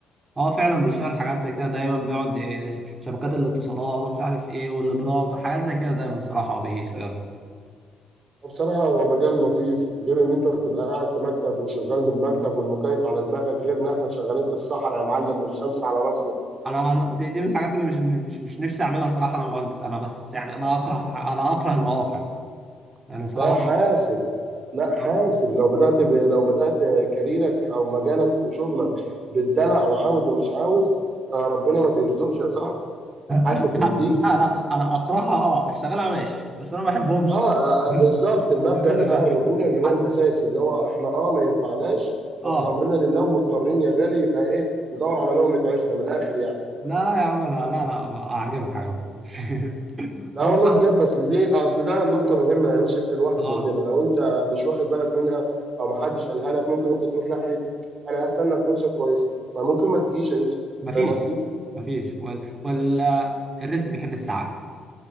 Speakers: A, on the right; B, on the right.
A: اه فعلا بيشتغل حاجات زي كده دايما بيقعد إيه، شبكات الاتصالات ومش عارف ايه والابراج حاجات زي كده دايما صراحه بيشتغل
B: بصراحة هو مجال لطيف غير إن أنت بتبقى قاعد في مكتب وشغال من مكتب والمكيف على دماغك غير إن إحنا شغالين في الصحراء يا معلم والشمس على راسنا
A: انا ما- دي, دي من الحاجات اللي مش مش مش, مش نفسي اعملها صراحه انا مهندس انا بس يعني انا اكره انا اكره المواقع يعني صراحه
B: لا حاسب لا حاسب
A: <laughs>
B: لو بدأت ب... لو بدأت كاريرك أو مجالك وشغلك بالدلع وعاوز ومش عاوز آه ربنا ما بيرزقش يا صاحبي حاسب
A: لا
B: من دي
A: لا لا، انا اكرهها اه اشتغلها ماشي بس انا ما بحبهمش
B: آه, آه
A: <laughs>
B: آه، بالظبط المبدأ
A: يا باشا
B: بتاع الرجولة اللي هو
A: حد
B: الأساسي اللي هو إحنا آه ما ينفعناش
A: اه
B: بس أمرنا لله ومضطرين يا غالي يبقى إيه ندور على لقمة عيشنا من الآخر يعني
A: لا لا يا عم لا لا لا اعجبك اعجبك <laughs>
B: لا
A: اه
B: والله
A: صح
B: بجد اصل دي اصل ده نقطة مهمة يا يوسف في الواحد
A: اه
B: مننا لو انت مش واخد بالك منها او ما حدش قالها لك ممكن انت تروح ناحية انا هستنى الفرصة كويسة ما ممكن ما تجيش يا يوسف
A: مفيش
B: فاهم قصدي؟
A: مفيش وال... وال... الرزق بيحب السعي